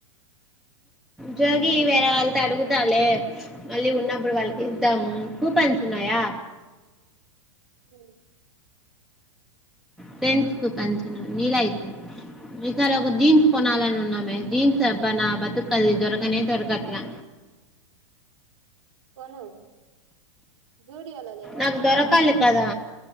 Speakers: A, in the centre; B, on the right.
A: జోగి వేరే వాళ్ళతో అడుగుతాలే మళ్ళీ ఉన్నప్పుడు వాళ్ళకి ఇద్దాము కూపన్స్ ఉన్నాయా,
B: హు
A: ఫ్రెండ్స్ కు అంచనా నీలా ఇచ్చింది ఇసారి ఒక జీన్స్ కొనాలని ఉన్నామే జీన్స్ అబ్బా నా బతుకు అది దొరకనేే దోరకట్లే
B: కొను జూడియోలో లేవా
A: నాకు దొరకాలి కదా